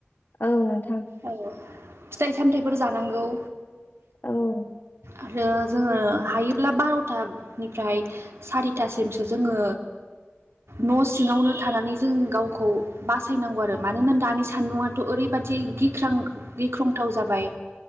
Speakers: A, on the left; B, on the right.
A: औ नोंथां
B: औ फिथाइ सामथायाइफोर जानांगौ
A: औ
B: आरो जोङो हायोब्ला बार'थानिफ्राय सारिथासिमसो जोङो न' सिङावनो थानानै जों गावखौ बासायनांगौ आरो मानोना दानि सान्दुङाथ' ओरैबायदि गिख्रां गिख्रंथाव जाबाय